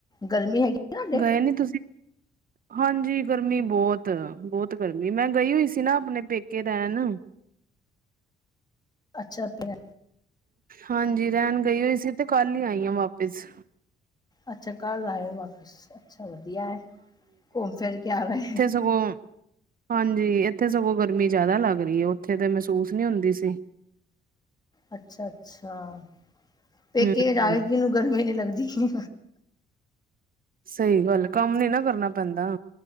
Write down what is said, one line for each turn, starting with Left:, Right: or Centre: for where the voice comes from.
Left: ਗਰਮੀ ਹੈਗੀ ਤੁਹਾਡੇ?
Right: ਗਏ ਨੀ ਤੁਸੀਂ ਹਾਂਜੀ ਗਰਮੀ ਬੋਤ -ਬੋਤ ਗਰਮੀ, ਮੈਂ ਗਈ ਹੋਈ ਸੀ, ਨਾ ਆਪਣੇ ਪੇਕੇ ਰੈਹਣ
Left: ਅੱਛਾ ਆਪਣੇ,
Right: ਹਾਂਜੀ ਰੈਣ ਗਈ ਹੋਈ ਸੀ, ਤੇ ਕੱਲ ਈ ਆਈ ਆ ਵਾਪਿਸ।
Left: ਅੱਛਾ ਕੱਲ ਆਏ ਵਾਪਸ ਅੱਛਾ ਵਧੀਆ ਏ, ਘੁੰਮ -ਫਿਰ ਕੇ ਆ ਗਏ,
Right: ਹੁ ਹਾਂਜੀ ਏਥੇ ਸਗੋਂ ਗਰਮੀ ਜ਼ਾਦਾ ਲੱਗ ਰਹੀ ਏ, ਓਥੇ ਤੇ ਮਹਿਸੂਸ ਨਈ ਹੁੰਦੀ ਸੀ।
Left: ਅੱਛਾ -ਅੱਛਾ ਪੇਕੇ
Right: ਹੂੰ
Left: ਜਾਵੇ ਕਿ, ਗਰਮੀ ਨਈ ਲੱਗਦੀ ਹ
Right: ਸਹੀ ਗੱਲ ਕੰਮ ਨੀ ਨਾ ਕਰਨਾ ਪੈਂਦਾ।